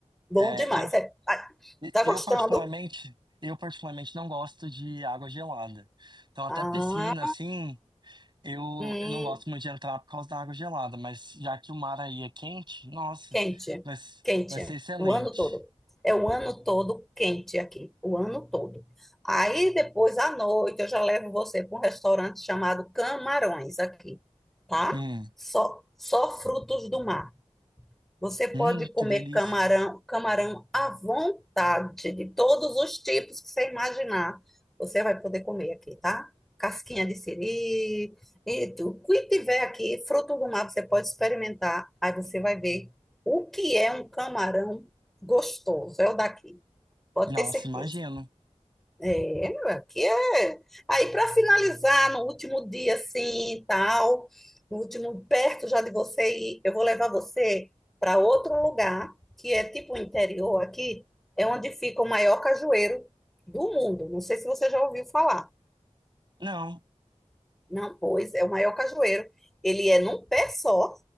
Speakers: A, in the centre; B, on the right (about 40°).
A: Bom
B: É,
A: demais.
B: eu,
A: É, ah, tá
B: eu
A: gostando?
B: particularmente, eu particularmente não gosto de água gelada. Então até
A: Ah,
B: piscina, assim, eu,
A: hum,
B: eu não gosto muito de entrar por causa da água gelada, mas já que o mar aí é quente, nossa,
A: Quente,
B: vai, s-
A: quente,
B: vai ser excelente.
A: o ano todo. É o ano todo quente aqui, o ano todo. Aí depois à noite eu já levo você para um restaurante chamado Camarões aqui, tá?
B: Hum,
A: Só, só frutos do mar. Você pode
B: hum,
A: comer
B: que delícia.
A: camarão, camarão à vontade, de todos os tipos que você imaginar. Você vai poder comer aqui, tá? Casquinha de siri, e tu- o que tiver aqui, fruto do mar, você pode experimentar. Aí você vai ver o que é um camarão gostoso. É o daqui, pode
B: Nossa,
A: ter certeza.
B: imagino.
A: É, meu, aqui é. Aí, para finalizar, no último dia, assim, e tal, no último, perto já de você ir, eu vou levar você para outro lugar, que é tipo o interior aqui, é onde fica o maior cajueiro do mundo. Não sei se você já ouviu falar.
B: Não,
A: Não, pois, é o maior cajueiro. Ele é num pé só,